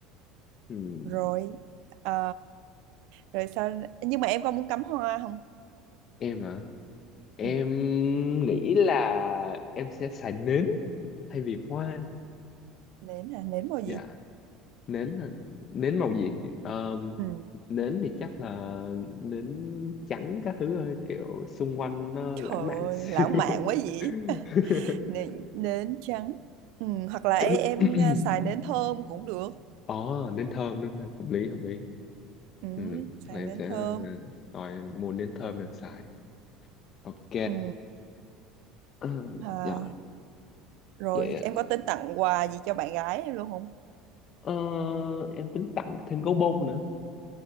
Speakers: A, on the left; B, on the right.
A: ừ.
B: rồi ờ, rồi sao nhưng mà em có muốn cắm hoa không
A: em hả em
B: ừ.
A: nghĩ là em sẽ xài nến thay vì hoa
B: nến à nến màu
A: dạ
B: gì
A: nến hả? nến màu gì Ờ,
B: ừ.
A: nến thì chắc là nến trắng các thứ ơi kiểu xung quanh nó
B: trời
A: lãng mạn
B: ơi
A: xíu
B: lãng mạn quá vậy
A: <coughs>
B: <laughs> nến, nến trắng ừ. hoặc là em,
A: <laughs>
B: em à, xài nến thơm cũng được
A: Ồ, nến thơm đúng không? Hợp lý, hợp lý.
B: ừ.
A: Ừ,
B: xài
A: chắc là em
B: nến
A: sẽ
B: thơm
A: ờ, coi em mua nến thơm em xài. Ok.
B: ừ.
A: Ờ,
B: à,
A: dạ,
B: rồi
A: vậy ạ.
B: em có tính tặng quà gì cho bạn gái em luôn không
A: Ờ, em tính tặng thêm gấu bông nữa.